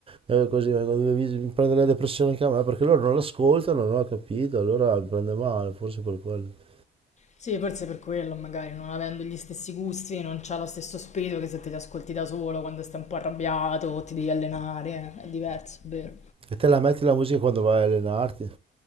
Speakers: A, on the right (about 30°); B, on the left (about 35°).
A: eh, così vengono i miei amici, mi prende la depressione anche a me, perché loro non l'ascoltano, non ho capito, allora mi prende male, forse per quello.
B: Sì, forse per quello, magari non avendo gli stessi gusti, non c'ha lo stesso spirito che se te li ascolti da solo quando stai un po' arrabbiato o ti devi allenare, eh, è diverso, è vero.
A: E te la metti la musica quando vai a allenarti?